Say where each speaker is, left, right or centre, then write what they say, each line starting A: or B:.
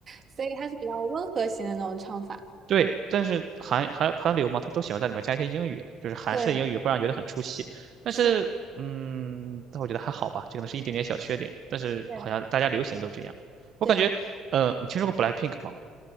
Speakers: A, on the right; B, on the right.
A: 所以它是比较温和型的那种唱法。
B: 对，但是韩韩韩流嘛，他都喜欢在里面加一些英语，就是韩式的英语会让人觉得很出戏。
A: 对，
B: 但是，
A: 是，
B: 嗯，但我觉得还好吧，这可能是一点点小缺点。但是好像大家流行都这样，
A: 对
B: 我感觉，
A: 对，
B: 呃，你听说过 BLACKPINK 吗？